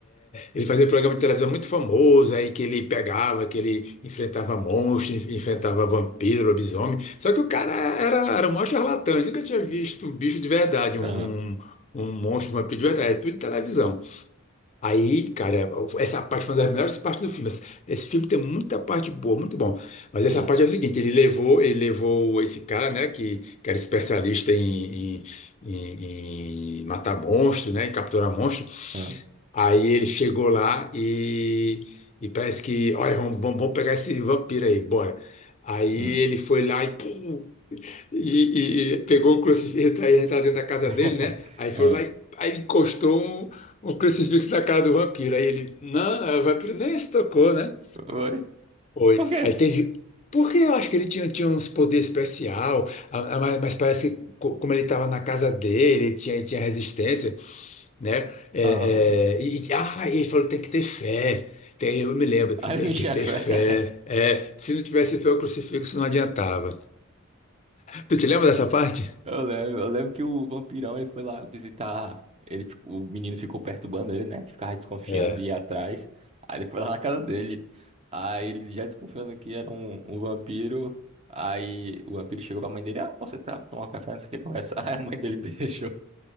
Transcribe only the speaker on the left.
Ele fazia um programa de televisão muito famoso, aí que ele pegava, que ele enfrentava monstros, enfrentava vampiro, lobisomem, só que o cara era, era um maior charlatão, ele nunca tinha visto um bicho de verdade, um,
um, um monstro, um vampiro de verdade, é tudo de televisão. Aí, cara, essa parte foi uma das melhores partes do filme. Esse esse filme tem muita parte boa, muito bom. Mas essa
parte é o seguinte, ele levou, ele levou esse cara, né, que, que era especialista em, em, em- em matar monstros né, em capturar monstros
Aí ele chegou lá e, e parece que, olha, vamos, vamos, vamos pegar esse vampiro aí, bora. Aí
ele foi lá e pum, e, e pegou o crucifixo aí entrar dentro da casa
dele, né? Aí foi
lá e aí encostou um, um crucifixo na cara do vampiro. Aí ele, não, é, o vampiro nem se tocou, né?
Foi.
Aí teve. Porque eu acho que ele tinha, tinha uns poderes especial, a- a- mas, mas parece que co- como ele estava na casa dele, ele tinha, tinha resistência, né? É,
é, e, e- ah, e ele falou, tem que ter fé. Tem- Eu me lembro,
tem
que ter fé.
É, se não tivesse fé, o crucifixo não adiantava. Tu te lembra dessa parte?
É.